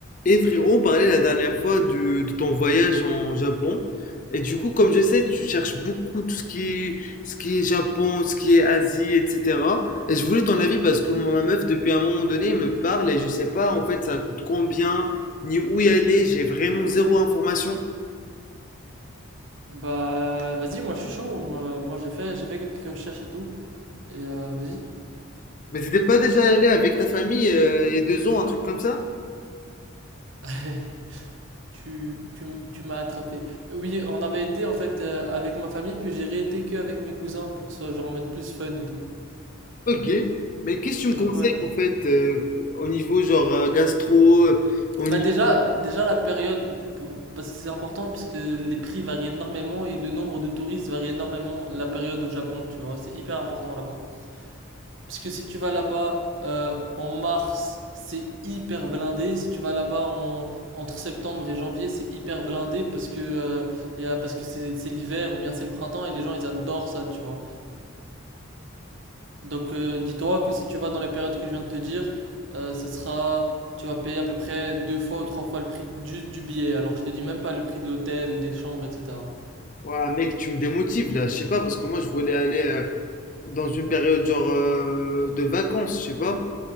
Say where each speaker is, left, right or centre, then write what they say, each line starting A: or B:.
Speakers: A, on the left; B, on the right.
A: Et frérot, on parlait la dernière fois du- de ton voyage en Japon. Et du coup, comme je sais, tu cherches beaucoup tout ce qui est, ce qui est Japon, ce qui est Asie, etc. Et je voulais ton avis parce que moi, ma meuf, depuis un moment donné, elle me parle et je sais pas en fait ça coûte combien, ni où y aller. J'ai vraiment zéro information.
B: Bah, vas-y, moi je suis chaud. Moi, moi, j'ai fait, j'ai fait quelques recherches et tout. Et euh, vas-y.
A: Mais t'étais pas déjà allé avec ta famille euh, il y a deux ans, un truc comme ça?
B: <laughs> Tu, tu, m- tu m'as attrapé. Oui, on avait été en fait euh, avec ma famille, puis j'ai réété que avec mes cousins pour que ce soit genre en mode plus fun et tout.
A: Ok. Mais qu'est-ce que tu me conseilles
B: Donc ouais.
A: en fait euh, au niveau genre euh, gastro, euh, au niveau...
B: Bah déjà, déjà la période, pour- parce que c'est important, parce que les prix varient énormément et le nombre de touristes varie énormément la période au Japon, tu vois. C'est hyper important là-bas. Parce que si tu vas là-bas euh, en mars, c'est hyper blindé. Si tu vas là-bas en, entre septembre et janvier, c'est hyper blindé parce que, euh, y a- parce que c'est c'est l'hiver ou bien c'est le printemps et les gens ils adorent ça, tu vois. Donc euh, dis-toi que si tu vas dans les périodes que je viens de te dire, euh, ce sera, tu vas payer à peu près deux fois ou trois fois le prix juste du billet. Alors je te dis même pas le prix de l'hôtel, des chambres, etc.
A: Ouais, mec, tu me démotives là, je sais pas, parce que moi je voulais aller euh, dans une période genre euh, de vacances, je sais pas.